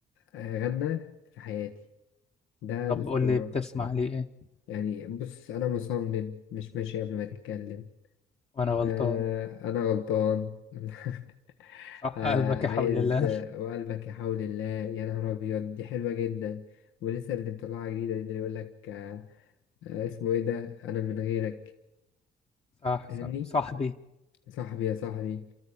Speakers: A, on the left; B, on the left.
A: آه، غنى في حياتي ده
B: طب
A: الاسطوره
B: قول لي بتسمع
A: آه،
B: لي ايه
A: يعني بص انا مصمم مش ماشي قبل ما تتكلم
B: وانا غلطان
A: آه أنا غلطان <laughs>
B: صح
A: آه
B: قلبك
A: عايز
B: يا حول الله
A: آه، وقلبك يحاول الله يا نهار أبيض دي حلوة جدا ولسه اللي مطلعها جديدة دي اللي يقول لك آه آه، اسمه إيه ده أنا من غيرك
B: صح
A: فاهمني
B: صح صاحبي
A: صاحبي يا صاحبي